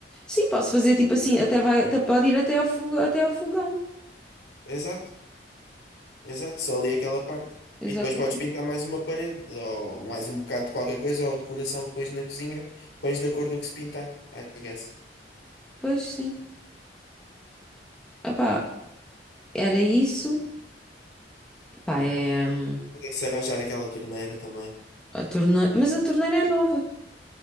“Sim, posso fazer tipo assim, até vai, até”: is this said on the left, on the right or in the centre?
Centre